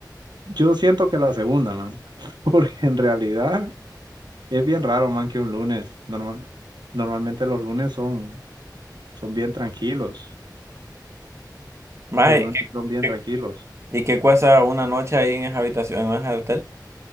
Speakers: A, on the right; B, on the right.
A: Yo siento que la segunda, man, <laughs> porque en realidad es bien raro, man, que un lunes, normal, normalmente los lunes son, son bien tranquilos,
B: Maje,
A: los lunes
B: ¿qué-
A: son bien
B: qué-
A: tranquilos.
B: ¿y qué cuesta una noche ahí en esa habitación, en ese hotel?